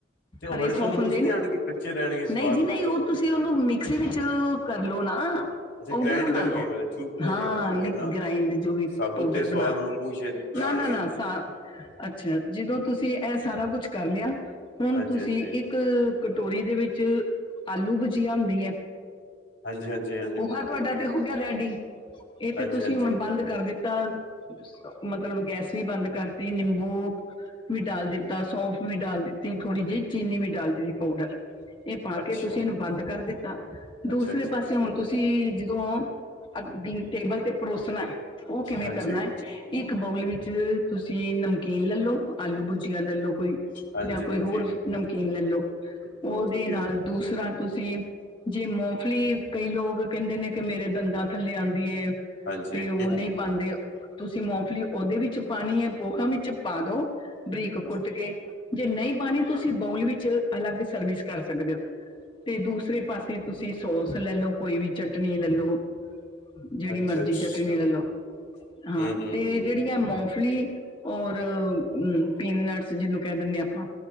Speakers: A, on the left; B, on the left.
A: ਤੇ ਉਹ
B: ਹਰੇ ਸੌਂਫਨ
A: ਸੌਂਫ ਮੂੰਹ
B: ਦੇ
A: 'ਚ ਨਹੀਂ
B: ਨੂੰ
A: ਆਣਗੇ ਕੱਚੇ ਰਹਿਣਗੇ
B: ਨਹੀਂ
A: ਸਵਾਦ
B: ਜੀ ਨਹੀਂ।
A: ਮਤਲਬ
B: ਉਹ ਤੁਸੀਂ ਉਹਨੂੰ ਮਿਕਸੀ ਵਿੱਚ ਕਰ ਲਓ ਨਾ
A: ਅੱਛਾ
B: ਪਾਊਡਰ
A: ਗ੍ਰਾਇੰਡ
B: ਬਣਾ
A: ਕਰਕੇ
B: ਲਓ
A: ਮਤਲਬ ਚੂ ਪਾਊਡਰ
B: ਹਾਂ ਮਿ
A: ਉਹੀ ਨਾ
B: ਗ੍ਰਾਇੰਡ ਜੋ ਵੀ
A: ਸਾਬੁਤ
B: ਪਾਊਡਰ
A: ਤੇ ਸਵਾਦ
B: ਬਣਾ
A: ਮੂੰਹ
B: ਕੇ।
A: ਚ
B: ਨਾ,
A: ਆਣਗੇ
B: ਨਾ, ਨਾ। ਸਾ ਅੱਛਾ ਜਦੋਂ ਤੁਸੀਂ ਇਹ ਸਾਰਾ ਕੁਛ ਕਰ ਲਿਆ ਹੁਣ
A: ਹਾਂਜੀ
B: ਤੁਸੀਂ
A: ਹਾਂਜੀ
B: ਇੱਕ ਕਟੋਰੀ ਦੇ ਵਿੱਚ ਜ ਆਲੂ ਵਜੀਆ ਹੁੰਦੀ ਹੈ।
A: ਹਾਂਜੀ ਹਾਂਜੀ ਹਾਂਜੀ
B: ਪੋਹਾ
A: ਬਿਲਕੁਲ
B: ਤੁਹਾਡਾ
A: ਆਂਦੀ ਹੈ
B: ਤੇ ਹੋ ਗਿਆ ਰੈਡੀ। ਇਹ ਤੇ
A: ਹਾਂਜੀ
B: ਤੁਸੀਂ
A: ਹਾਂਜੀ
B: ਹੁਣ ਬੰਦ ਕਰ ਦਿੱਤਾ ਮਤਲਬ ਗੈਸ ਵੀ ਬੰਦ ਕਰ ਨਿੰਬੂ ਵੀ ਡਾਲ ਦਿੱਤਾ। ਸੌਫ ਵੀ ਡਾਲ ਦਿੱਤੀ। ਥੋੜ੍ਹੀ ਜਿਹੀ ਚੀਨੀ ਵੀ ਡਾਲ ਦੀ ਪਾਊਡਰ। ਇਹ ਪਾ
A: ਅੱਛਾ
B: ਕੇ ਤੁਸੀਂ ਇਹਨੂੰ ਬੰਦ ਕਰ ਦਿੱਤਾ। ਦੂਸਰੇ
A: ਅੱਛਾ ਅੱਛਾ
B: ਪਾਸੇ
A: ਅੱਛਾ
B: ਹੁਣ ਤੁਸੀਂ ਹੂੰ, ਟੇਬਲ ਤੇ ਪਰੋਸਣਾ ਹੈ। ਉਹ ਕਿਵੇਂ
A: ਹਾਂਜੀ
B: ਕਰਨਾ। ਇੱਕ ਕੋਲੀ ਵਿੱਚ ਤੁਸ ਈ ਨਮਕੀਨ ਲਲੋ। ਆਲੂ ਭੁਜੀਆ ਲੈ ਲਓ ਕੋਈ।
A: ਹਾਂਜੀ
B: ਜਾਂ ਕੋਈ
A: ਹਾਂਜੀ
B: ਹੋਰ ਨਮਕੀਨ ਲੈ ਲਉ ਉਹਦੇ
A: ਬਹੁਤ ਵਧੀਆ
B: ਨਾਲ ਦੂਸਰੇ ਤਾਂ ਤੁਸੀਂ ਜੇ ਮੋਫਲੀ ਕਈ ਲੋਕ ਕਹਿੰਦੇ ਨੇ ਕਿ ਮੇਰੇ ਦੰਦਾਂ ਥੱਲੇ ਆਉਂਦੀ ਐ।
A: ਹਾਂਜੀ
B: ਤੇ
A: ਹਾਂਜੀ
B: ਉਹ ਨਹੀਂ ਪਾਂਦੇ। ਤੁਸੀਂ ਮੌ ਉਹਦੇ ਵਿੱਚ ਪਾਣੀ ਹੈ। ਪੋਹਾ ਵਿੱਚ ਪਾ ਦਉ। ਬਰੀਕ ਕੁੱਟ
A: ਅੱਛਾ
B: ਕੇ ਜੇ ਨਹੀਂ ਪਾਣੀ ਤੁਸੀਂ ਤੁਸੀਂ ਬੋਲ ਵਿੱਚ ਅਲੱਗ ਸਰਵਿਸ ਕਰ ਸਕਦੇ ਹੋ ਤੇ ਦੂਸਰੇ ਪਾਸੇ ਤੁਸੀਂ ਸੋਸ ਲੈ ਲਓ ਕੋਈ ਵੀ ਚਟਨੀ ਲੈ ਲਓ। ਜਿਹੜੀ
A: ਅੱਛਾ
B: ਮਰਜ਼ੀ
A: ਅੱਛਾ
B: ਚਟਣੀ ਲੈ ਲੋ ਹਾਂ
A: ਹੂੰ ਹੂੰ
B: ਤੇ
A: ਹੂੰ
B: ਜਿਹੜੀਆਂ ਮੋ ਫਲੀ ਔਰ ਪੀਨਟਸ। ਜਿਹਨੂੰ ਕਹਿ ਦਿਨੇ ਆਪਾਂ।